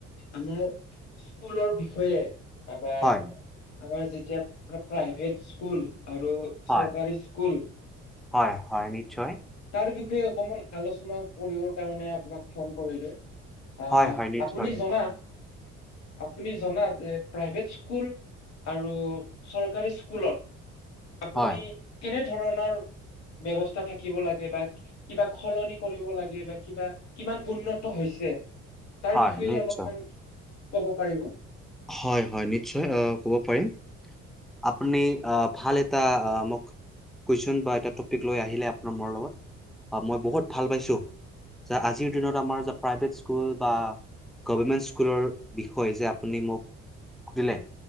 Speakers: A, on the left; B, in the centre.
A: আমাৰ স্কুলৰ বিষয়ে আমাৰ
B: হয়
A: আমাৰ যেতিয়া প্ৰাই প্ৰাইভেট স্কুল আৰু
B: হয়
A: চৰকাৰী স্কুল
B: হয় হয় নিশ্চয়
A: তেনেকৈয়ে অকমান আলোচনা কৰিবৰ কাৰণে আপোনাক ফোন কৰিলোঁ আহ
B: হয় হয় নিশ্চয়।
A: আপুনি জনাত আপুনি জনাত এ প্ৰাইভেট স্কুল আৰু চৰকাৰী স্কুল স্কুলত আপুনি
B: হয়
A: কেনে ধৰণৰ ব্যৱস্থা শিকিব লাগে বা কিবা সলনি কৰিব লাগে বা কিবা কিমান উন্নত হৈছে তাৰ
B: হয়
A: বিষয়ে
B: নিশ্চয়
A: অলপমান কব পাৰিব
B: হয় হয় নিশ্চয় আ কব পাৰিম আপুনি
A: হয় কওক
B: আ ভাল আ আ মোক কোৱেচ্ছন বা এটা টপিক লৈ আহিলে আপুনি মোৰ লগত অ মই বহুত ভাল
A: হয়
B: পাইছোঁ যা আজিৰ দিনত
A: হয়
B: আমাৰ যে প্ৰাইভেট স্কুল বা গভৰ্ণমেণ্ট স্কুলৰ বিষয় যে শুনি মোক সুধিলে